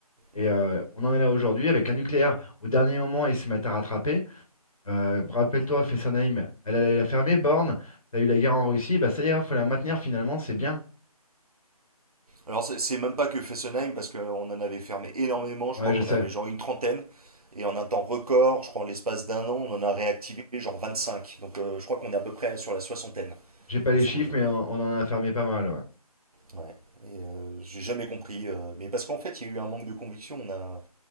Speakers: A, on the left (about 65°); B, on the right (about 70°).
A: Et
B: Mm.
A: euh, on en est là aujourd'hui avec un nucléaire. Au dernier moment, ils se mettent à rattraper. Euh, rappelle-toi, Fessenheim, elle, elle, elle a fermé Borne, t'as eu la guerre en Russie, bah ça y est, faut la maintenir finalement, c'est bien.
B: Alors c'est c'est même pas que Fessenheim parce qu'on en avait fermé énormément. Je
A: Ouais,
B: crois
A: je
B: qu'on
A: sais,
B: avait genre une trentaine. Et en un temps record, je crois en l'espace d'un an, on en a réactivé genre 25. Donc euh, je crois qu'on est à peu près sur la soixantaine,
A: j'ai pas
B: grosso
A: les chiffres,
B: modo.
A: mais on, on en a fermé pas mal, ouais.
B: Ouais. Et euh, j'ai jamais compris. euh, mais parce qu'en fait, il y a eu un manque de conviction. On a,